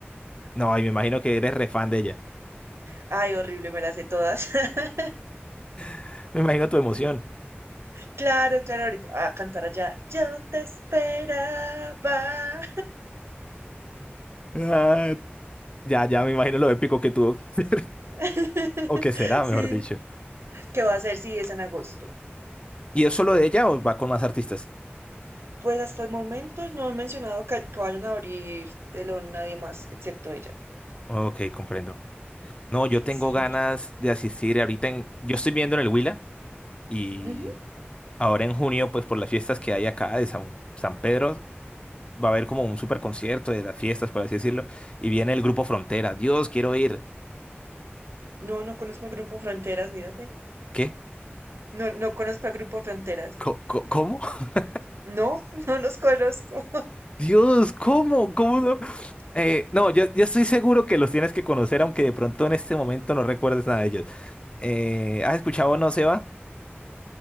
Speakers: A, on the left; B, on the right.
A: No, y me imagino que eres re fan de ella.
B: Ay, horrible, me las sé todas. <laughs>
A: <laughs> Me imagino tu emoción.
B: Claro, claro, ahorita a cantar allá. Yo te esperaba.
A: Ah, ya, ya, me imagino lo épico que tuvo. <laughs>
B: <laughs>
A: O que será,
B: Sí,
A: mejor dicho.
B: ¿qué va a hacer si es en agosto?
A: ¿Y es solo de ella o va con más artistas?
B: Pues hasta el momento no han mencionado que, que vayan a abrir telón nadie más excepto ella.
A: Ok, comprendo. No, yo tengo
B: Sí,
A: ganas de asistir ahorita en... Yo estoy viendo en el Huila y
B: Ujú.
A: ahora en junio, pues por las fiestas que hay acá de San, San Pedro, va a haber como un super concierto de las fiestas, por así decirlo, y viene el grupo Frontera. Dios, quiero ir.
B: No, no conozco al grupo Fronteras, mírate.
A: ¿Qué?
B: No, no conozco al grupo Fronteras.
A: Co- co- ¿Cómo? <laughs>
B: No, <laughs> no los conozco.
A: Dios, ¿cómo? ¿Cómo no? Eh, no, yo, yo estoy seguro que los tienes que conocer, aunque de pronto en este momento no recuerdes nada de ellos. Eh, ¿has escuchado No se va?